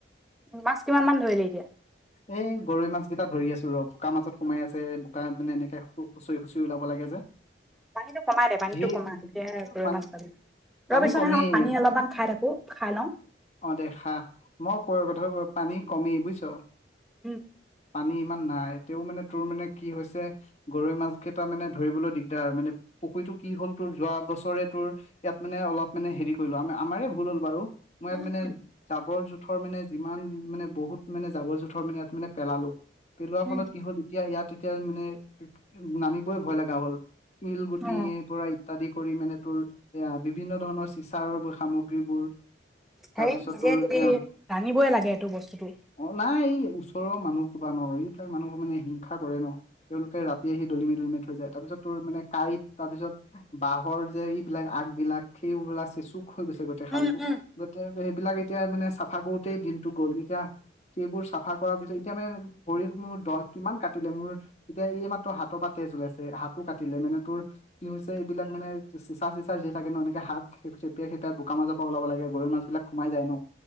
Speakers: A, in the centre; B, on the left.
A: মাছ কিমান মান ধৰিলি এতিয়া?
B: এই গৰৈ মাছ কেইটা ধৰি আছো ৰ', বোকাৰ মাজত সোমাই আছে বোকা মানে এনেকে খুচৰি খুচৰি ওলাব লাগে যে। <inaudible>
A: পানীটো কমাই দে, পানীটো
B: ধেৰ
A: কমা তেতিয়াহে গৰৈ
B: পানী
A: মাছ পাবি।
B: পানী
A: ৰবিচোন
B: কমেই
A: হা, পানী অলপমান খাই থাকো, খাই লওঁ।
B: অ', দে, খা, মই ক কথা ক পানী কমেই বুজিছ।
A: উম।
B: পানী ইমান নাই, তেও মানে তোৰ মানে কি হৈছে গৰৈ মাছ কেইটা মানে ধৰিবলৈ দিগদাৰ আৰু মানে পুখুৰীটো কি হ'ল তোৰ যোৱা বছৰে তোৰ ইয়াত মানে অলপ মানে হেৰি কৰিলো, আম আমাৰ ভুল হ'ল বাৰু মই ইয়াত
A: উম
B: মানে
A: উম
B: জাবৰ জোথৰ মানে যিমান মানে বহুত মানে জাবৰ জোঁথ ইয়াত মানে পেলালো, পেলোৱাৰ
A: উম
B: ফলত কি হ'ল এতিয়া ইয়াত এতিয়া মানে নামি ভয় লগা হ'ল, শিলগুটিৰ
A: অ
B: পৰা ইত্যাদি কৰি মানে তোৰ এয়া বিভিন্ন ধৰণৰ চিচাৰৰ সামগ্ৰীবোৰ তাৰপিছত
A: হে নিজে
B: তোৰ
A: যদি
B: এ
A: জানিবই লাগে এইটো বস্তুটো।
B: অ', নাই, ওচৰৰ মানুহ সোপা ন, ই তাৰ মানুহ মানে হিংসা কৰে ন! তেওঁলোকে ৰাতি আহি দলিমায়ি দলিমায়ি থৈ যায়, তাৰপিছত তোৰ মানে কাঁইট, তাৰ পিছত বাঁহৰ যে এইবিলাক আগবিলাক সেইবিলাক চেচুক হৈ গৈছে গোটেই খালটো,
A: উম উম
B: গোটৈ সেইবিলাক এতিয়া মানে চাফা কৰোতেই দিনতো গ'ল, এতিয়া সেইবোৰ চাফা কৰা পিছত, এতিয়া মানে ভৰি খনো দছ, কিমান কাটিলে মোৰ এতিয়া এইমাত্ৰ হাতৰ পৰা তেজ ওলাইছে, হাতো কাটিলে মানে তোৰ কি হৈছে এইবিলাক মানে, চিচা টিচা যি থাকে ন, এনেকে হাত খেপিয়াই খেপাই বোকা মাজৰ পৰা ওলাব লাগে গৰৈ মাছ বিলাক। সোমাই যায় ন?